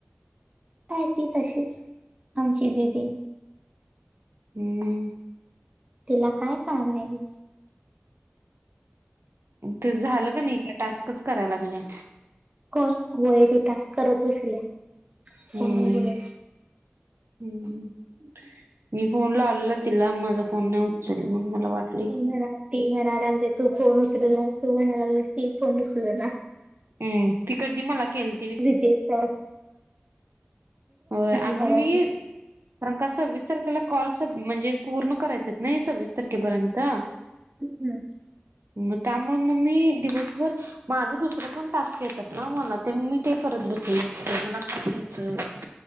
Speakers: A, on the right; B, on the right.
A: आय ती तशीच आमची दिदी.
B: हम्म.
A: तिला काय कामाय?
B: ते झालं का नई का टास्कच कराय लागल्या.
A: कोण होय ती टास्क करत बसल्या
B: हम्म
A: फोनवर बोलत.
B: हम्म हुं. मी फोन लावलेला तिला माझा फोन नाय उचलला म्हणून मला वाट
A: तीन महिना ती महिना लागले तू फोन उचल नास तू महिय लागलास ती फोन उचल ना.
B: हम्म ती कधी मला केल
A: विजयचाय
B: व्हय अगं
A: मगाशी
B: मी कारण का सव्वीस तारखेला कॉल सब म्हणजे पूर्ण करायचेत ना हे सव्वीस तारखेपर्यंत.
A: हम्म हम्म.
B: म त्यामुळं म मी दिवसभर माझं दुसरं पण टास्कं येतात ना मला ते मी ते करत बसलेलं असते मला काय ह्याचं एवढं